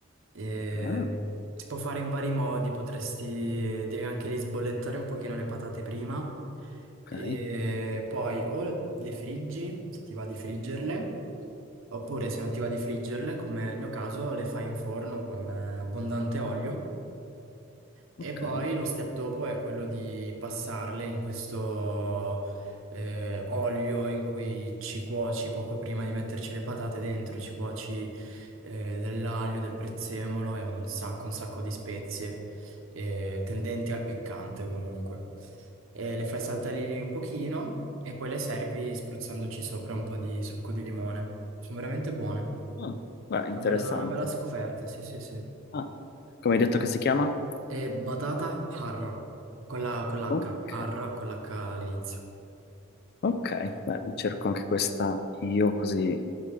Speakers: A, on the right; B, on the left.
A: E
B: Ah,
A: si può fare in vari modi, potresti, devi anche lì sbollentare un pochino le patate prima
B: ok,
A: e poi o le friggi, se ti va di friggerle, oppure se non ti va di friggerle, come nel mio caso, le fai in forno con eh, abbondante olio. E
B: ok.
A: poi lo step dopo è quello di passarle in questo eh, olio in cui ci cuoci poco prima di metterci le patate dentro, ci cuoci eh, dell'aglio, del prezzemolo e un sacco, un sacco di spezie eh, tendenti al piccante comunque. E le fai saltare lì un pochino e poi le servi spruzzandoci sopra un po' di succo di limone. Sono veramente buone.
B: Ah, beh, interessante.
A: Una bella, una bella scoperta, sì, sì, sì.
B: Ah, come hai detto che si chiama?
A: È batata harra, con la, con l'H,
B: Ok.
A: harra con l'H all'inizio.
B: Ok, beh, mi cerco anche questa io così